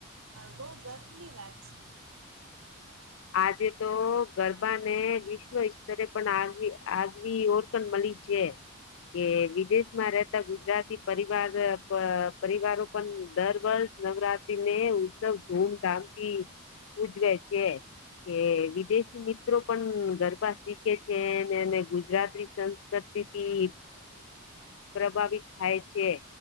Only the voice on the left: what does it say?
આજે તો ગરબા ને વિશ્વ સ્તરે પણ આગ આગવી ઓ મળલી છેે. કે વિદેશમાં રહેતા ગુજરાતી પરિવાર પરિવારો પણ દર વર્ષ નવરાત્રી ને ઉત્સવ ધૂમધામ થી ઉજવે છે કે વિદેશી મિત્રો પણ ગરબા શીખે છે ગુજરાતી તીથી પ્રભાવિત થાય છે